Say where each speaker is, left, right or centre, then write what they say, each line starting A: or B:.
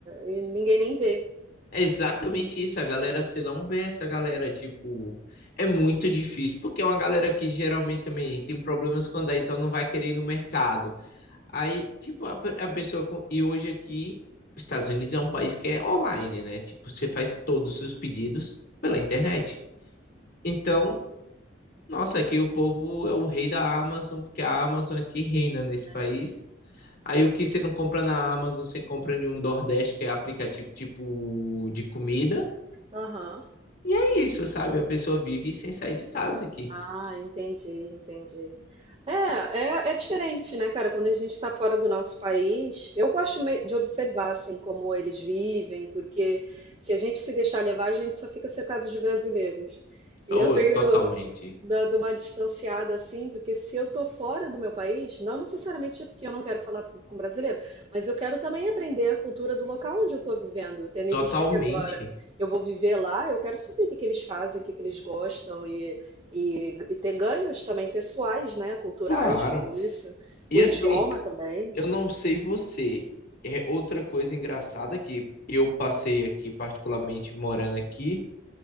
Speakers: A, on the right; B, on the left.
A: e ninguém nem vê.
B: É exatamente isso, a galera, você não vê essa galera, tipo, é muito difícil, porque é uma galera que geralmente também tem problemas quando é, então não vai querer ir no mercado. Aí, tipo, a, a pessoa, com, e hoje aqui, os Estados Unidos é um país que é online, né? Tipo, você faz todos os pedidos pela internet. Então, nossa, aqui o povo é o rei da Amazon, porque a Amazon aqui reina nesse país.
A: É, Sim.
B: Aí o que você não compra na Amazon, você compra em um Nordeste, que é aplicativo tipo de comida.
A: Aham.
B: E é isso, sabe? A pessoa vive sem sair de casa aqui.
A: Ah, entendi, entendi. É, é, é diferente, né, cara? Quando a gente está fora do nosso país, eu gosto me- de observar, assim, como eles vivem, porque se a gente se deixar levar, a gente só fica cercado de brasileiros. E eu
B: Ou
A: tenho
B: totalmente.
A: dado uma distanciada, assim, porque se eu tô fora do meu país, não necessariamente é porque eu não quero falar com brasileiro, mas eu quero também aprender a cultura do local onde eu estou vivendo, tendo
B: Totalmente.
A: em vista que agora eu vou viver lá, eu quero saber o que que eles fazem, o que que eles gostam e, e ter ganhos também pessoais, né? Culturais
B: Claro.
A: com isso.
B: E
A: O idioma
B: assim,
A: também.
B: eu não sei você. É outra coisa engraçada que eu passei aqui, particularmente morando aqui,